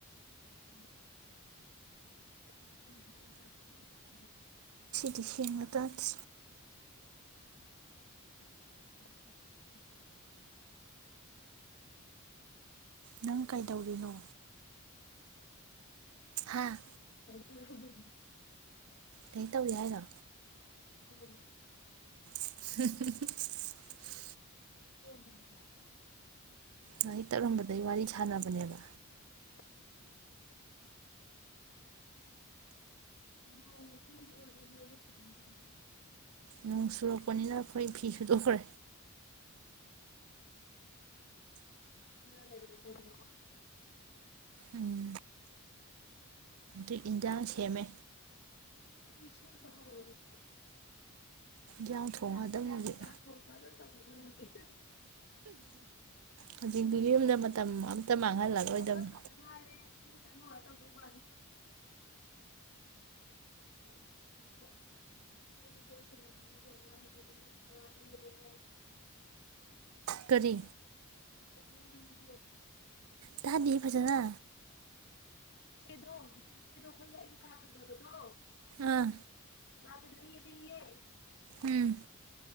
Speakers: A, on the left; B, on the right.
A: ꯍꯩꯃ꯫ ꯑꯩꯖꯨ ꯈꯪꯗꯦ ꯑꯩꯅ ꯌꯥꯝ <unintelligible>
B: ꯗꯤ ꯁꯦꯡꯅ ꯇꯥꯗꯦ꯫
A: ꯄꯪꯇꯧꯗ ꯇꯧꯕ ꯌꯥꯕ ꯄꫭꯠꯁꯨ ꯅꯠꯇꯦ ꯁꯤꯗꯤ꯫
B: ꯅꯪ ꯀꯩꯗꯧꯔꯤꯅꯣ꯫
A: <unintelligible>
B: ꯍꯥꯥ
A: <unintelligible>
B: ꯀꯩ ꯇꯧꯔꯤ ꯍꯥꯏꯅꯣ
A: <unintelligible>
B: <unintelligible>
A: ꯂꯥꯏꯔꯤꯛ ꯇꯧꯔꯝꯕꯅꯦꯕ
B: ꯂꯥꯏꯔꯤꯛ ꯇꯧꯔꯝꯕꯗꯩ ꯋꯥꯔꯤ ꯁꯥꯟꯅꯕꯅꯦꯕ
A: <unintelligible>
B: ꯅꯣꯡ ꯆꯨꯔꯛꯄꯅꯤꯅ ꯑꯈꯣꯏ ꯐꯤ ꯁꯨꯗꯣꯛꯈ꯭ꯔꯦ
A: ꯏꯁꯥ ꯅꯥꯟꯅ ꯂꯩꯕꯅ ꯐꯩꯗꯅꯀꯣ
B: ꯎꯝ ꯑꯩ ꯏꯟꯖꯥꯡ ꯁꯦꯝꯃꯦ
A: ꯄꯤꯁꯦꯕ ꯍꯧꯔꯒꯦ
B: ꯌꯥꯝ ꯊꯣꯡꯉꯗꯝꯅꯤ
A: ꯆꯥꯛ ꯁꯦꯝꯕ
B: ꯍꯧꯖꯤꯛ
A: ꯆꯥꯛ ꯊꯣꯡꯕ ꯂꯣꯏ ꯇꯧꯒꯗꯣꯔꯦ ꯍꯧꯖꯤꯛ
B: ꯍꯧꯖꯤꯛꯇꯤ ꯌꯨꯝꯗ ꯃꯇꯝ ꯑꯃꯇ ꯃꯥꯡꯍꯜꯂꯔꯣꯏꯗꯕꯅꯤ
A: ꯀꯕꯔ ꯈꯛꯇ ꯉꯥꯏꯔꯦ ꯁꯤ ꯈꯇꯪ ꯍꯧꯔꯥ ꯇꯧꯗꯣ ꯃꯥꯜꯂꯤ ꯆꯦ ꯁꯣꯝꯗ ꯑꯈꯣꯏ ꯆꯦꯖꯨꯅ ꯑꯈꯣꯏꯅꯤ ꯋꯥꯔꯤ ꯁꯥꯅꯕꯗꯨꯕꯨ ꯀꯌꯥꯝ ꯋꯥꯠꯂꯤꯒꯦ ꯍꯪꯉꯛꯏꯕ <unintelligible> ꯍꯥꯏꯔꯤ
B: ꯀꯔꯤ
A: ꯃꯥ ꯂꯦꯝꯃꯦꯌꯦ
B: ꯇꯥꯗꯤꯌꯦ ꯐꯖꯅ
A: ꯏꯆꯦꯗꯣ ꯍꯧꯖꯤꯛꯀꯤ ꯏꯆꯦꯗꯣ ꯑꯈꯣꯏꯒ ꯑꯩꯒ ꯀꯥ ꯊꯪꯅꯕꯗꯣ
B: ꯑꯥ
A: ꯃꯥꯥꯗꯣ ꯂꯦꯝ ꯄꯤꯌꯦ
B: ꯎꯝ